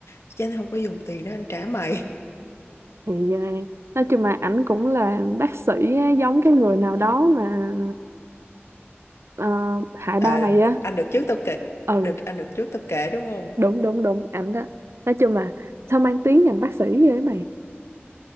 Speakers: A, on the left; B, on the right.
A: Chứ anh không có dùng tiền để anh trả mày.
B: thì ờ, nói chung là ảnh cũng là bác sĩ á, giống cái người nào đó mà ờ, hại
A: À,
B: ba mày á
A: anh được trước tao kể.
B: ừ
A: Được anh được trước tao kể đúng không?
B: đúng đúng đúng ảnh đó nói chung là sao mang tiếng ngành bác sĩ ghê ấy mày